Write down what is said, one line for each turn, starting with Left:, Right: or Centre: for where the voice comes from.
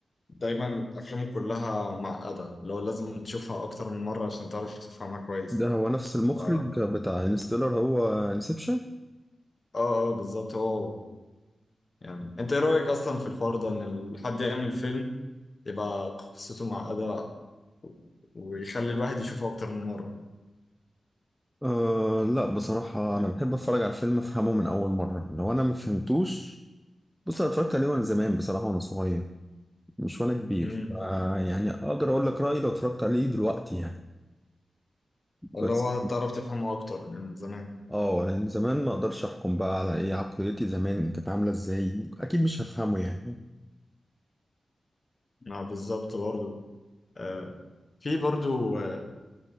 Left: دايما افلامه كلها معقدة لو لازم تشوفها اكتر من مرة عشان تعرف تفهمها كويس
Centre: ده هو نفس المخرج
Left: ف اه
Centre: بتاع انستيلر هو انسبشن
Left: اه بالظبط هو يعني انت ايه رأيك اصلا في الحوار ده ان ال- حد يعمل فيلم يبقى قصته معقدة ويخلي الواحد يشوفه اكتر من مرة
Centre: آه لا بصراحة أنا
Left: يعني-
Centre: بحب أتفرج على الفيلم أفهمه من أول مرة لو أنا ما فهمتوش بص أنا اتفرجت عليه وأنا زمان بصراحة وأنا صغير مش وأنا كبير
Left: مم.
Centre: آه يعني أقدر أقول لك رأيي لو اتفرجت عليه دلوقتي يعني
Left: اللي
Centre: بس
Left: هو تعرف تفهمه اكتر من زمان
Centre: آه يعني زمان ما أقدرش أحكم بقى على إيه عقليتي زمان كانت عاملة إزاي أكيد مش هفهمه يعني
Left: ما بالظبط برضو آه، في برضو آه،